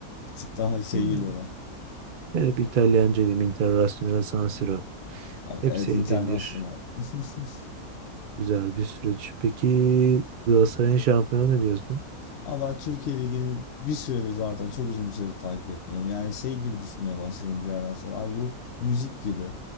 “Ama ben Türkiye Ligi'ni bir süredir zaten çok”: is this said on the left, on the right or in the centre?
Left